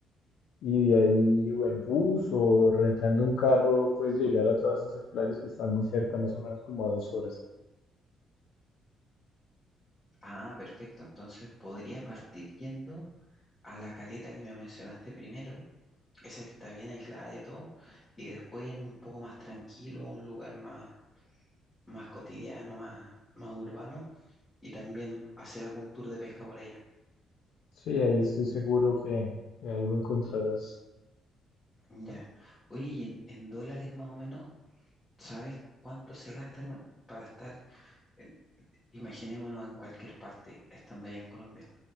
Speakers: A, on the left (about 75°); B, on the left (about 20°).
A: y de ahí o en bus o rentando un carro, pues llegar a todas esas playas que están muy cerca, más o menos como a dos horas.
B: Ah, perfecto, entonces podría partir yendo a la caleta que me mencionaste primero esa que está bien aislada de todo, y después irme un poco más tranquilo a un lugar más, más cotidiano, más, más urbano, y también hacer algún tour de pesca por allá.
A: Sí, ahí estoy seguro que, que algo encontrarás.
B: Ya. Oye, y en, en dólares más o menos, ¿sabes cuánto se gasta en un- para estar, en- imaginémonos en cualquier parte, estando allá en Colombia,